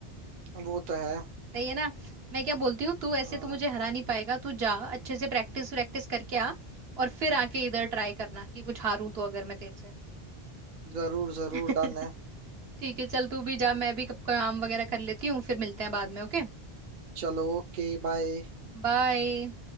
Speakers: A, on the right (about 55°); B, on the right (about 75°).
A: वो तो है
B: सही है ना मैं क्या बोलती हूँ तू ऐसे
A: हम्म,
B: तो मुझे हरा नहीं पाएगा तू जा अच्छे से प्रैक्टिस प्रैक्टिस करके आ और फिर आके इधर ट्राई करना कि कुछ हारूं तो अगर मैं तेरे से
A: जरूर जरूर
B: <laughs>
A: डन है
B: ठीक है चल तू भी जा मैं भी कब काम वगैरह कर लेती हूँ फिर मिलते हैं बाद में ओके
A: चलो ओके बाय
B: बाय